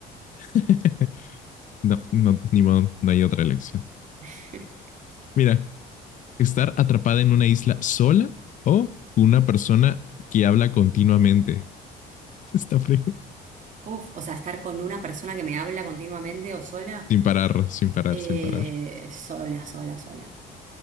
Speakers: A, on the left (about 50°); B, on the right (about 50°).
A: <laughs> No, no, ni modo, no hay otra elección.
B: <laughs>
A: Mira, estar atrapada en una isla sola o una persona que habla continuamente. Está frío.
B: Uf, o sea, estar con una persona que me habla continuamente o sola.
A: Sin parar, sin parar,
B: Eh,
A: sin parar.
B: sola, sola, sola.